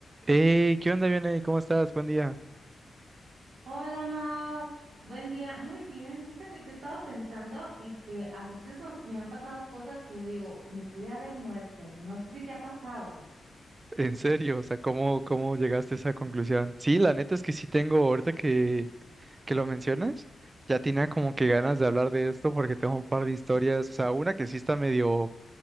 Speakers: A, on the right; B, on the right.
A: Hey, ¿qué onda, Vianey? ¿Cómo estás? Buen día.
B: Hola Mao, buen día. Muy bien, fíjate que he estado pensando en que a veces nos, me han pasado cosas que yo digo, me pude haber muerto. No sé si te ha pasado.
A: <laughs> En serio, o sea, ¿cómo, cómo llegaste a esa conclusión? Sí, la neta es que sí tengo, ahorita que, que lo mencionas, ya tenía como que ganas de hablar de esto porque tengo un par de historias, o sea, una que sí está medio